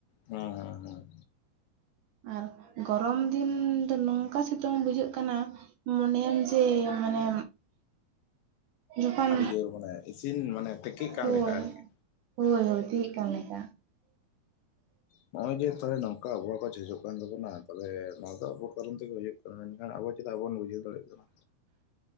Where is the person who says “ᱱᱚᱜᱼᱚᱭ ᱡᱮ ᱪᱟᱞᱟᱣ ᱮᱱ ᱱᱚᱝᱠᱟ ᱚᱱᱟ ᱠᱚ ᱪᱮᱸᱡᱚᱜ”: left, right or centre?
Left